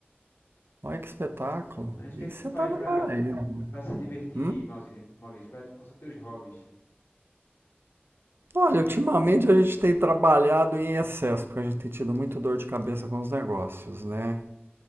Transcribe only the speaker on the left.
Mas o
que é que
tu faz
para
para se divertir,
Maurício? Maurício, qual é quais são teus hobbies?